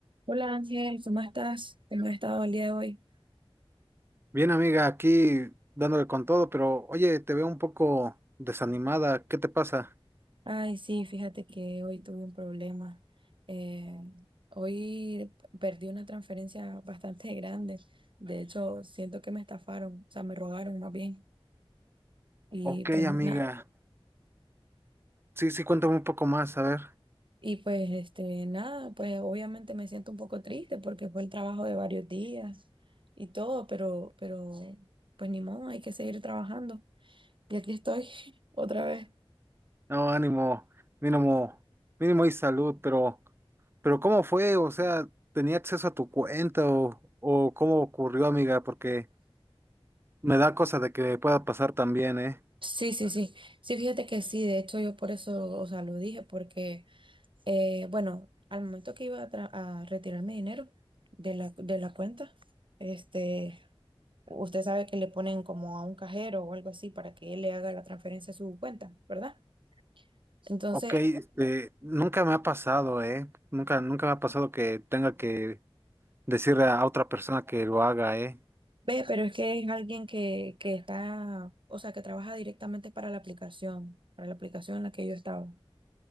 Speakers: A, on the right; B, on the right.
A: Hola Ángel, ¿cómo estás? ¿Cómo has estado el día de hoy?
B: Bien, amiga, aquí dándole con todo, pero oye, te veo un poco desanimada. ¿Qué te pasa?
A: Ay, sí, fíjate que hoy tuve un problema. Eh, hoy perdí una transferencia bastante <laughs> grande. De hecho, siento que me estafaron, o sea, me robaron más bien. Y
B: Ok,
A: pues nada,
B: amiga. Sí, sí, cuéntame un poco más, a ver.
A: y pues este, nada, pues obviamente me siento un poco triste porque fue el trabajo de varios días y todo, pero, pero pues ni modo, hay que seguir trabajando. Y aquí estoy <laughs> otra vez.
B: No, ánimo, mínimo, mínimo y salud, pero, pero ¿cómo fue? O sea, ¿tenía acceso a tu cuenta o, o cómo ocurrió, amiga? Porque me da cosa de que pueda pasar también, ¿eh?
A: Sí, sí, sí. Sí, fíjate que sí, de hecho yo por eso, o sea, lo dije, porque, eh, bueno, al momento que iba a, tra- a retirar mi dinero de la, de la cuenta, este, usted sabe que le ponen como a un cajero o algo así para que él le haga la transferencia a su cuenta, ¿verdad? Entonces,
B: Ok, este, nunca me ha pasado, ¿eh? Nunca, nunca me ha pasado que tenga que decirle a otra persona que lo haga, ¿eh?
A: ve, pero es que es alguien que, que está, o sea, que trabaja directamente para la aplicación, para la aplicación en la que yo estaba.